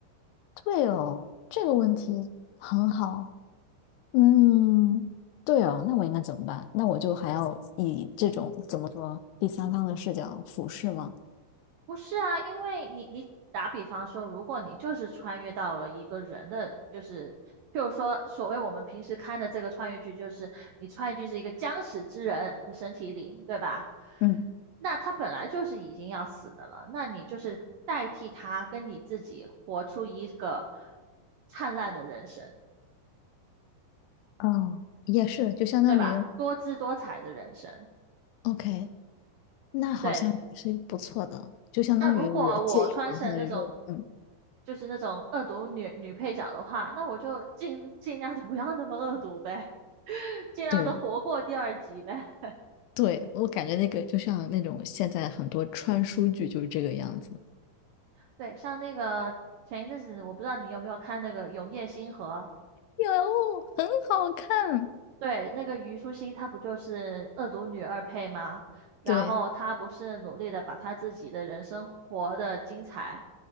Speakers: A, on the left; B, on the right.
A: <laughs> 对哦，这个问题很好。嗯，对哦，那我应该怎么办？那我就还要以这种怎么说第三方的视角俯视吗？
B: 不是啊，因为你你打比方说，如果你就是穿越到了一个人的，就是譬如说所谓我们平时看的这个穿越剧，就是你穿越剧是一个将死之人的身体里，对吧？
A: 嗯，
B: 那他本来就是已经要死的了，那你就是代替他跟你自己活出一个灿烂的人生，
A: 哦，也是，就相当于
B: 对吧？多姿多彩的人生。
A: ，OK，那好像也是不错的，
B: 对，
A: 就相当于我借用了他的肉，
B: 那如果我穿成那种
A: 嗯，
B: 就是那种恶毒女女配角的话，那我就尽尽量的不要那么恶毒呗，<laughs> 尽量的活过第二集呗。
A: 对对，我感觉那个就像那种现在很多穿书剧就是这个样子，
B: 对，像那个前一阵子，我不知道你有没有看那个《永夜星河》，
A: 有，很好看，
B: 对，那个虞书欣她不就是恶毒女二配吗？然后她不是努力的把她自己的人生活得精彩，
A: 对，